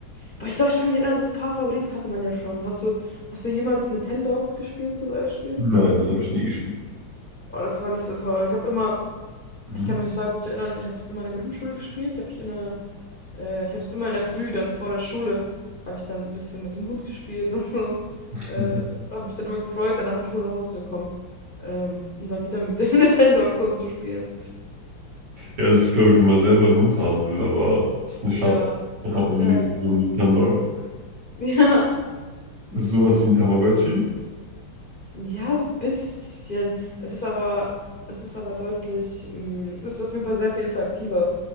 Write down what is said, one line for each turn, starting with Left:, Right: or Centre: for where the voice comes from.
Left: Aber ich glaube, ich kann mich erinnern, so ein paar Favoriten hatte man ja schon. Hast du, hast du jemals Nintendogs gespielt zum Beispiel?
Right: Nein, das habe ich nie gespielt.
Left: Oh, das war nicht so toll. Ich habe immer,
Right: Mhm.
Left: ich kann mich total gut erinnern, ich habe das immer in der Grundschule gespielt. Hab ich in der, äh, ich habe es immer in der Früh, dann vor der Schule, habe ich dann so ein bisschen mit dem Hund gespielt und so.
Right: <laughs>
Left: Äh, habe mich dann immer gefreut, dann nach der Schule nach Hause zu kommen. Ähm, und dann wieder mit dem <laughs> Nintendogs und zu spielen.
Right: Ja, das ist, glaube ich, wenn man selber einen Hund haben will, aber es ist eine Schande.
Left: Ja,
Right: Dann hat man
Left: ja,
Right: wenigstens
Left: genau.
Right: so einen Nintendog.
Left: <laughs> Ja,
Right: Ist sowas wie ein Tamagotchi?
Left: Ja, so ein bisschen. Es ist aber, es ist aber deutlich, mm, es ist auf jeden Fall sehr viel interaktiver.